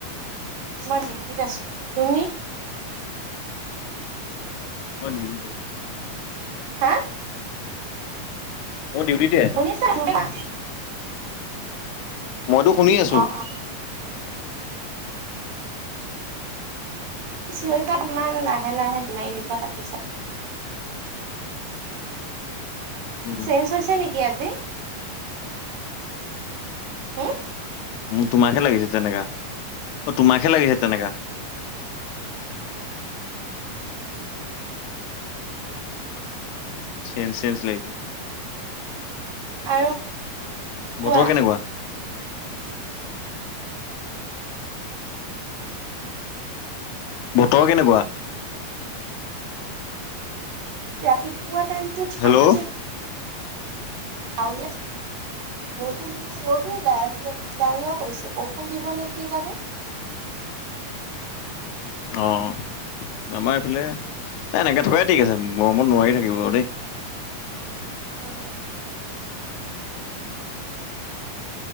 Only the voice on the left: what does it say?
মই ডিউটিতে।
মইও ডিউটিতে।
মইতো শুনি আছো।
উম
তোমাকহে লাগিছে তেনেকা, অ' তোমাকহে লাগিছে তেনেকা। চেঞজ চেঞজ লাগিছে।
বতৰ কেনেকুৱা? বতৰ কেনেকুৱা?
হেল্ল'
অঁ' আমাৰ এইফালে এনেকৈ থকাই ঠিক আছে, গৰমত নোৱাৰি থাকিব দেই।